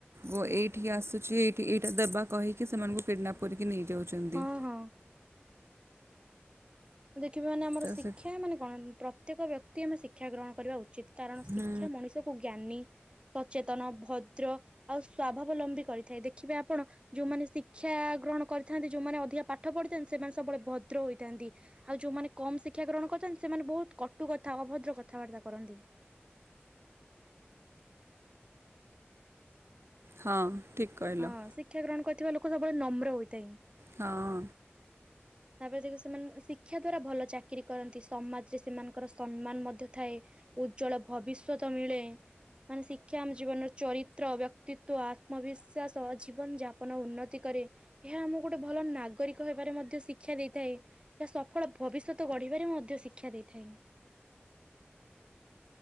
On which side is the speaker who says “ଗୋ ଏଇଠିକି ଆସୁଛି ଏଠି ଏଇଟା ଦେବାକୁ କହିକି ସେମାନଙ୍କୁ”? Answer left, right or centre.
Right